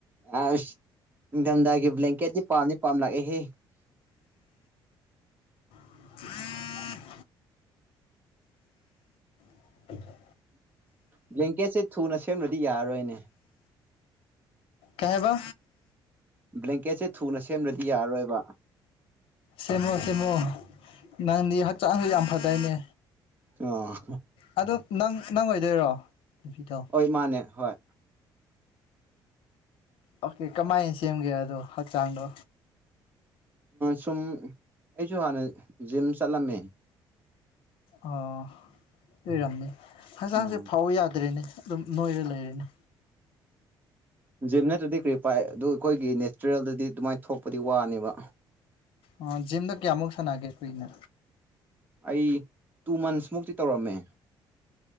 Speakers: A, on the right (about 20°); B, on the left (about 80°).
A: ꯑꯁ ꯅꯤꯡꯊꯝꯊꯥꯒꯤ ꯕ꯭ꯂꯦꯡꯀꯦꯠꯁꯤ ꯄꯥꯝꯗꯤ ꯄꯥꯝ ꯂꯥꯛꯑꯦꯍꯦ
B: <inaudible> <inaudible>
A: ꯕ꯭ꯂꯦꯡꯀꯦꯠꯁꯦ ꯊꯨꯅ ꯁꯦꯝꯗ꯭ꯔꯗꯤ ꯌꯥꯔꯔꯣꯏꯅꯦ
B: ꯀꯩꯍꯥꯏꯕ
A: ꯕ꯭ꯂꯦꯡꯀꯦꯠꯁꯦ ꯊꯨꯅ ꯁꯦꯝꯂ꯭ꯔꯗꯤ ꯌꯥꯔꯣꯏꯕ
B: ꯁꯦꯝꯃꯣ ꯁꯦꯝꯃꯣ ꯅꯪꯗꯤ ꯍꯛꯆꯥꯡꯁꯨ ꯌꯥꯝ ꯐꯗꯩꯅꯦ
A: ꯑꯣ
B: ꯑ ꯅꯪ ꯅꯪ ꯑꯣꯏꯗꯣꯏꯔꯣ ꯅꯨꯄꯤꯗꯣ
A: ꯍꯣꯏ ꯃꯥꯅꯦ ꯍꯣꯏ
B: ꯑꯣꯀꯦ ꯀꯃꯥꯏꯅ ꯁꯦꯝꯒꯦ ꯑꯗꯣ ꯍꯛꯆꯥꯡꯗꯣ
A: ꯁꯨꯝ ꯑꯩꯁꯨ ꯍꯥꯟꯅ ꯖꯤꯝ ꯆꯠꯂꯝꯃꯦ
B: ꯑꯣ ꯂꯔꯝꯅꯤ ꯍꯛꯆꯥꯡꯁꯦ
A: ꯎꯝ
B: ꯐꯥꯎ ꯌꯥꯗ꯭ꯔꯦꯅꯦ ꯑꯗꯨꯝ ꯅꯣꯏꯔꯦ ꯂꯩꯔꯦꯅꯦ
A: ꯖꯤꯝ ꯅꯠꯇ꯭ꯔꯗꯤ ꯀꯔꯤ ꯄꯥꯏ ꯑꯗꯨ ꯑꯩꯈꯣꯏꯒꯤ ꯅꯦꯆꯔꯦꯜꯗꯗꯤ ꯑꯗꯨꯃꯥꯏꯅ ꯊꯣꯛꯄꯗꯤ ꯋꯥꯅꯦꯕ
B: ꯑ ꯖꯤꯝꯗ ꯀꯌꯥꯃꯨꯛ ꯁꯥꯟꯅꯒꯦ ꯀꯨꯏꯅ
A: ꯑꯩ ꯇꯨ ꯃꯟꯁ ꯃꯨꯛꯇꯤ ꯇꯧꯔꯝꯃꯦ